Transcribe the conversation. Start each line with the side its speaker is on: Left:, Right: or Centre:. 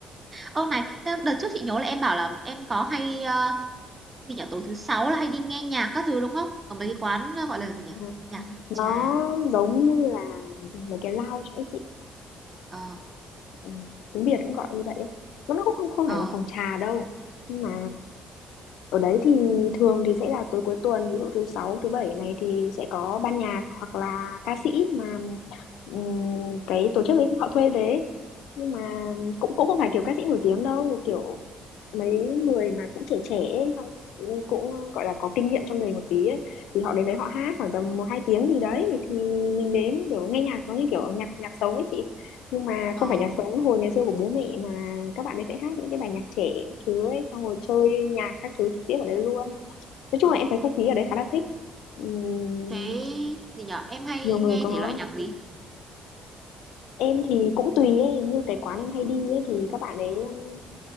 Right: Ô, này, thế đợt trước chị nhớ là em bảo là em có hay, ơ, gì nhỉ, tối thứ Sáu là hay đi nghe nhạc các thứ, đúng không? Ở mấy cái quán, ơ, gọi là gì nhỉ,
Left: Ừ.
Right: nhạc
Left: nó
Right: trà gì
Left: giống như là mấy cái lounge ấy chị
Right: ờ,
Left: ừ, tiếng Việt cũng gọi như vậy ấy. Mà nó cũng không không
Right: ờ,
Left: phải là phòng trà đâu nhưng mà Ở đấy thì thường thì sẽ là tối cuối tuần, ví dụ thứ sáu, thứ bảy này thì sẽ có ban nhạc hoặc là ca sĩ mà ừm, cái tổ chức ấy họ thuê về. ấy. Nhưng mà
Right: ừm,
Left: cũng cũng không phải kiểu ca sĩ nổi tiếng đâu, kiểu mấy người mà cũng trẻ trẻ ấy, xong cũng, cũng gọi là có kinh nghiệm trong nghề một tí ấy thì họ đến đấy họ hát khoảng tầm một hai tiếng gì đấy thì mình đến kiểu nghe nhạc nó như kiểu nhạc nhạc sống ấy chị nhưng mà
Right: ờ,
Left: không phải nhạc sống hồi ngày xưa của bố mẹ mà là các bạn ấy sẽ hát những cái bài nhạc trẻ các thứ ấy xong rồi
Right: ừm,
Left: chơi nhạc các thứ trực tiếp ở đấy luôn nói chung
Right: ờ,
Left: là em thấy không khí ở đấy khá là thích Ừm,
Right: thế gì nhỉ, em hay
Left: nhiều người
Right: nghe
Left: có
Right: thể loại nhạc gì?
Left: em thì cũng tùy ấy như cái quán em hay đi ấy thì các bạn ấy um,